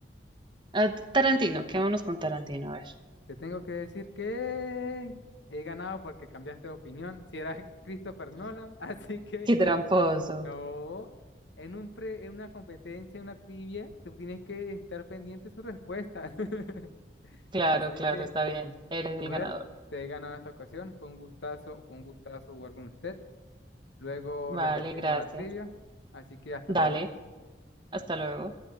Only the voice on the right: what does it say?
Ah, T- Tarantino, quedémonos con Tarantino, a ver.
Qué tramposo.
Claro,
claro,
está bien. Eres
el ganador.
Vale,
gracias.
Dale,
hasta luego.